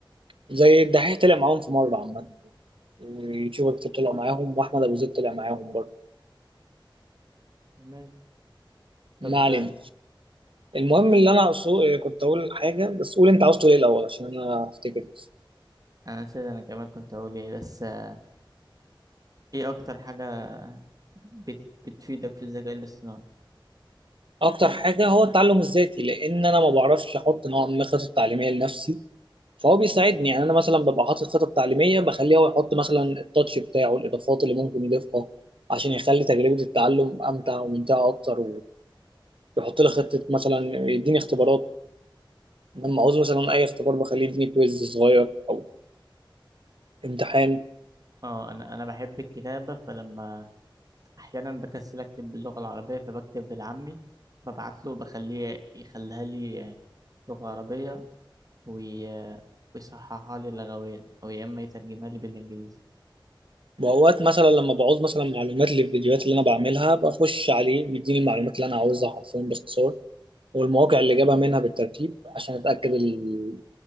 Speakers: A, on the right; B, on the right.
A: زي الدحيح طلع معاهم في مره عامه اليوتيوبر كتير طلع معاهم واحمد ابو زيد طلع معاهم برضه
B: تمام
A: ما
B: طب
A: علينا
B: آه،
A: المهم اللي انا أقصو- كنت اقول حاجه بس قول انت عاوز تقول ايه الاول عشان انا افتكر بس.
B: انا نسيت انا كمان كنت اقول ايه بس آه، ايه اكتر حاجة بت... بتفيدك في الذكاء الاصطناعي
A: اكتر حاجه هو التعلم الذاتي لان انا ما بعرفش احط نوع من الخطط التعليميه لنفسي فهو بيساعدني يعني انا مثلا ببقى حاطط خطط تعليميه بخليه هو يحط مثلا التاتش بتاعه الاضافات اللي ممكن يضيفها عشان يخلي تجربه التعلم امتع وممتعه اكتر ويحط لي خطه مثلا يديني اختبارات لما عاوز مثلا اي اختبار بخليه يديني كويز صغير او امتحان
B: اه انا انا بحب الكتابة فلما احيانا بكسل اكتب باللغة العربية فبكتب بالعامي ببعت له بخليه يخليها لي آه، لغة عربية وي... آه، ويصححها لي لغويا او يا اما يترجمها لي بالانجليزي
A: واوقات مثلا لما بعوز مثلا معلومات للفيديوهات اللي انا بعملها بخش عليه بيديني المعلومات اللي انا عاوزها حرفيا باختصار والمواقع اللي جابها منها بالترتيب عشان اتاكد ال...